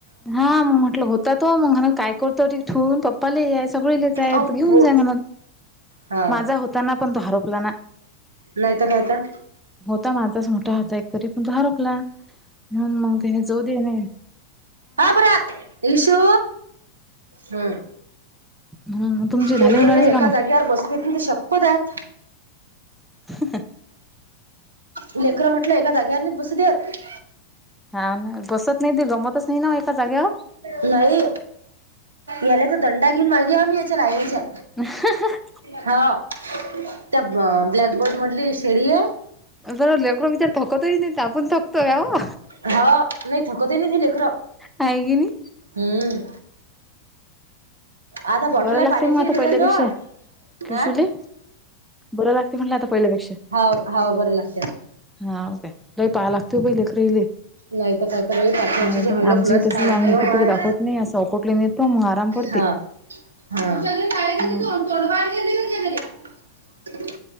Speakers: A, in the centre; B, on the right.
A: हा, मग म्हटलं होत त तव मगण काय करतो ते ठुन, <unintelligible> सगळी ले जाय,
B: ओपो
A: घेऊन जाय म्हणून,
B: हा.
A: माझा होताना पण तो हरपला ना.
B: नाहीतर कायतर.
A: होता माझाच मोठा होता, एककरी पण तो हरपला, म्हणून मग त्याने जाऊदे ने.
B: हपोरा इशु, हम्म.
A: हम्म तुमचे झाले
B: लेकरं
A: उन्हाळ्याचे
B: बी एका
A: कामं?
B: जाग्यावर बसली तील शपथ आहेत.
A: <unintelligible>
B: लेकर म्हटलं एका जाग्याने नाही बसु देत.
A: हा ना बसत नाही ते, गमतच नाही ना एका जाग्यावर.
B: नाही, याला तर दंडा घेऊन मागेवा मी याच्या लाईनाच्या.
A: <unintelligible>
B: हो त्या ब्लॅकबोर्ड मधली शेडी हे.
A: बर ले <unintelligible> थकतही नाही आपण थकतो याव.
B: हा नाही थकवते नाही ते लेकरं
A: हाय कणी?
B: हम्म. आत बॉटल
A: बरं
B: आहे
A: लागते
B: पाण्याची
A: मग आता
B: त्याच्या
A: पहिल्यापेक्षा
B: जवळ
A: क्रिशूले
B: अं.
A: बरं लागतय म्हटलं आता पहिल्यापेक्षा.
B: हाव हाव बरं लागतय आता.
A: हाव काय लई <unintelligible> लागतय बाई <unintelligible>
B: नाहीत काय तर बाई पाच वर्षाचे
A: नाही तर
B: <unintelligible>
A: आमचंही तसंच आम्ही इकडे
B: माय
A: तिकडे दाखवत नाही असं अकोटले नेतो मग आराम पडते
B: हा <unintelligible> <inaudible> तु
A: हा
B: कायोड गेली घडे